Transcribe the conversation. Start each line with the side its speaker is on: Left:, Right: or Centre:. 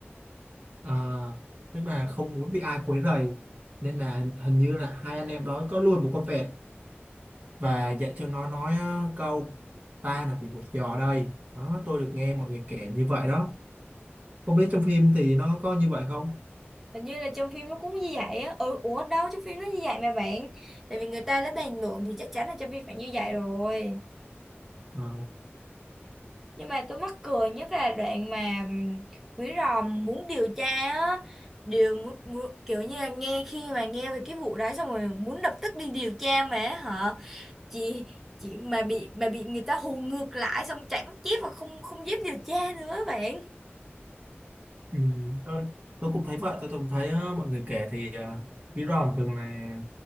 Right: à, tức là không muốn bị ai quấy rầy nên là hình như là hai anh em đó có nuôi một con vẹt và dạy cho nó nói ờ, câu ta là quỷ một giò đây đó tôi được nghe mọi người kể như vậy đó không biết trong phim thì nó có như vậy không
Centre: Hình như là trong phim nó cũng như vậy á. Ừ, ủa đâu trong phim nó như vậy mà bạn. Tại vì người ta đã bàn luận thì chắc chắn là trong phim phải như vậy rồi.
Right: Ờ.
Centre: Nhưng mà tôi mắc cười nhất là đoạn mà ừm, Quý Ròm muốn điều tra á. Điều muốn, muốn, kiểu như là nghe khi mà nghe về cái vụ đó xong rồi muốn lập tức đi điều tra mà hả? Chị chị mà bị mà bị người ta hù ngược lại xong chạy mất dép và không không dám điều tra nữa bạn.
Right: Ừ, tôi, tôi cũng thấy vậy tôi cũng thấy á, mọi người kể thì ờ, Mỹ Ròn thường là